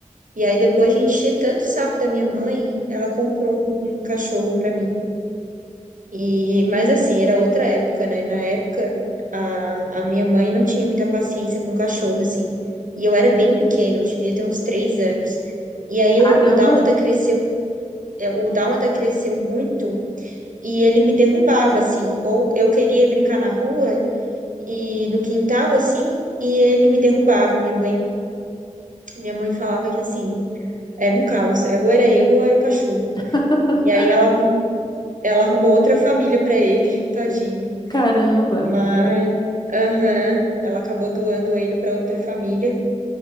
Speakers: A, on the right (about 80°); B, on the left (about 35°).
A: E aí, depois de encher tanto o saco da minha mãe, ela comprou um, um cachorro pra mim. E, mas assim, era outra época, né? Na época, a, a minha mãe não tinha muita paciência com cachorro, assim. E eu era bem pequena, eu devia ter uns três anos. E aí
B: Caramba,
A: o, o Dálmata cresceu, é, o Dálmata cresceu muito e ele me derrubava, assim. Ou eu queria ir brincar na rua e no quintal, assim, e ele me derrubava. Minha mãe, minha mãe falava que, assim, era um caos. Ou era eu ou era o cachorro.
B: <laughs>
A: E aí ela, arrum- ela arrumou outra família para ele, <laughs> tadinho.
B: caramba,
A: Mas, aham, ela acabou doando ele para outra família